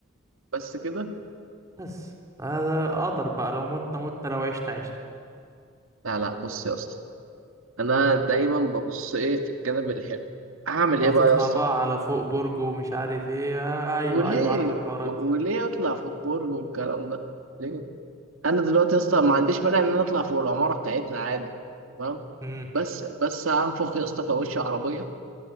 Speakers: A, on the right; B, on the right.
A: بس كده
B: بس آه، أقدر بقى لو متنا متنا لو عشنا عشنا
A: لا لا بص يا اسطى انا دايما ببص ايه في الجانب الحلو هعمل ايه
B: هتطلع
A: بقى يا اسطى
B: بقى على فوق برج ومش عارف إيه آه أيوه
A: وليه
B: أيوه عارف الحوارات
A: و...
B: دي
A: وليه اطلع فوق برج والكلام ده ليه انا دلوقتي يا اسطى ما عنديش مانع ان انا اطلع فوق العماره بتاعتنا عادي تمام
B: امم
A: بس بس هنفخ يا اسطى كاوتش عربيه